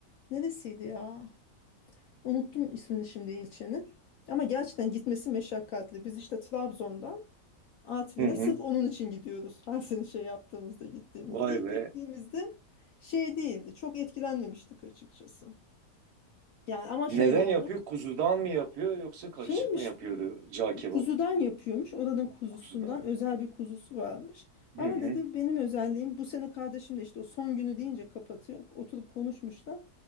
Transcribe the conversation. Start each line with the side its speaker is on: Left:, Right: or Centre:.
Left: Neresiydi ya? Unuttum ismini şimdi ilçenin. Ama gerçekten gitmesi meşakkatli. Biz işte Trabzon'dan Artvin'e
Right: Hı hı.
Left: sırf onun için gidiyoruz. Her sene şey yaptığımızda gittiğimizde.
Right: Vay
Left: İlk
Right: be.
Left: gittiğimizde şey değildi. Çok etkilenmemiştik açıkçası. Yani ama
Right: Neden
Left: şöyle oldu.
Right: yapıyor? Kuzudan mı yapıyor yoksa karışık
Left: Şeymiş
Right: mı yapıyordu cağ kebabı?
Left: kuzudan yapıyormuş. Oranın kuzusundan
Right: Kuzudan.
Left: özel bir kuzusu varmış. Ama
Right: Hı hı.
Left: dedi benim özelliğim bu sene kardeşim de işte o son günü deyince kapatıyor. Oturup konuşmuşlar.